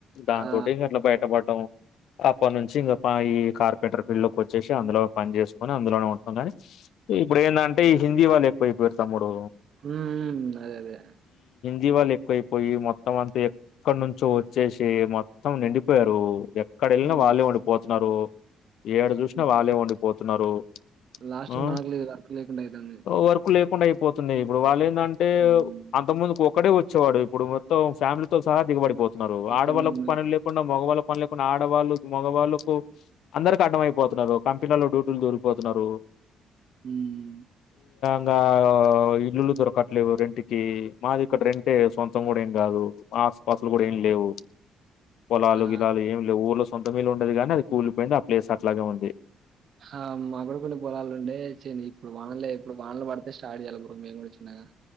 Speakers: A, on the left; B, on the right.
A: దాంతోటి
B: ఆ
A: అట్లా బయటపడ్డాము అప్ప నుంచి ఇంగ పాయి కార్పెంటర్ ఫీల్డ్ లోక్ వచ్చేసి అందులో పని చేసుకొని అందులోనే ఉంటాం కాని ఇప్పుడు ఏందంటే ఈ హిందీ వాళ్ళు ఎక్కువయిపోయారు తమ్ముడు
B: హుమ్మ్ అదే అదే
A: జీవాలు ఎక్కువైపోయి మొత్తం అంతా ఎక్కడ నుంచో వచ్చేసి మొత్తం నిండిపోయారు ఎక్ ఎక్కడ
B: అదే
A: వెళ్ళిన వాళ్ళే ఉండిపోతున్నారు ఏడాజూసిన
B: అంతే
A: వాళ్ళే ఉండిపోతున్నారు
B: లాస్ట్
A: ఉమ్
B: కి మనకు లేదు వర్క్ లేకుండా అయితుంది
A: వర్కు లే కుండా అయిపోతుంది ఇప్పుడు వాళ్ళే నంటే
B: హ్మ్.
A: అంత ముందుకు ఒకడే వ వచ్చే వాడు ఇప్పుడు మొత్తం ఫ్యామిలీ సహా దిగబడిపోతున్నారు
B: ఇక్కడనే
A: ఆడవాళ్ళకి
B: ఉన్నది
A: పని లేకుండా మగవాళ్ళ పనులకున్న ఆడవాళ్ళు మగవాళ్ళ అందరికి అడ్డమైపోత్ కంపెన్లో డ్యూటీలు తొలకపోతున్నారు
B: ఉమ్
A: ఇంకా ఇల్లులు దొరకట్లేవు రెంట్కి మాది ఇక్కడ రెంటే సొంతం కూడా ఏం కాదు ఆస్తుపాస్తులు కూడా ఏమి లేవు పొలాలు
B: ఆ!
A: గిలాలు ఏమి లేవు ఊర్ల సు సొంతమిళ్ళు ఉండేది గాని అది కూలిపోయింది ఆ ప్లేస్ అట్లాగే ఉండి
B: హ మాకుడా కొన్ని పొలాలుండే ఇప్పుడు వానలే ఇప్పుడు వానలు పడితే స్టార్ట్ చేయాల మేమ్ కూడా చిన్నగా